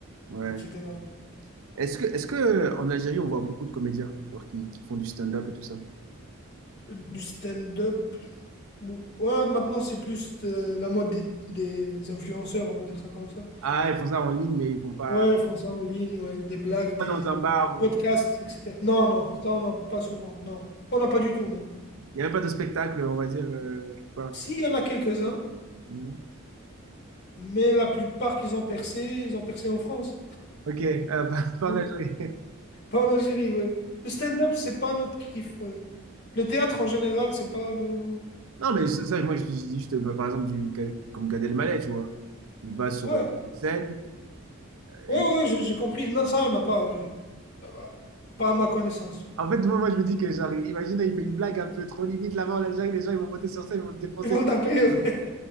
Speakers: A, on the right (about 75°); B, on the left (about 50°).
A: Ouais.
B: etc.
A: Est-ce que, est-ce que euh, en Algérie, on voit beaucoup de comédiens genre, qui, qui font du stand-up et tout ça?
B: Du stand-up, ou- ouais, maintenant c'est plus euh, la mode des, des influenceurs, on va dire ça comme ça.
A: Ah, ils font ça en ligne, mais ils vont pas,
B: Ouais, ils font ça en ligne, ouais, des blagues, des
A: pas dans un bar
B: podcasts,
A: ou
B: etc. Non, non, ça on n'a pas souvent, non. On n'a pas du tout même.
A: il n'y a même pas de spectacle, on va dire, euh, quelque part.
B: S'il y en a quelques-uns,
A: Mhm.
B: Mais la plupart qu'ils ont percé, ils ont percé en France.
A: Ok, euh, <laughs> pas, pas
B: Ouais.
A: en Algérie.
B: Pas en Algérie, ouais. Le stand-up, c'est pas notre kiff, ouais. Le théâtre, en général, c'est pas nos...
A: Non, mais c'est ça, moi, je je dis juste, bah, par exemple, du, comme Gad Elmaleh, tu vois. Il va sur
B: Ouais,
A: une scène
B: ouais,
A: et...
B: ouais, j'ai j'ai compris. Non, ça, on n'a pas... euh, bah, Pas à ma connaissance.
A: En fait, moi, moi, je me dis que, genre, imagine, il fait une blague un peu trop limite là-bas en Algérie, les gens, ils vont monter sur scène, ils vont le défoncer.
B: Ils vont le taper, ouais.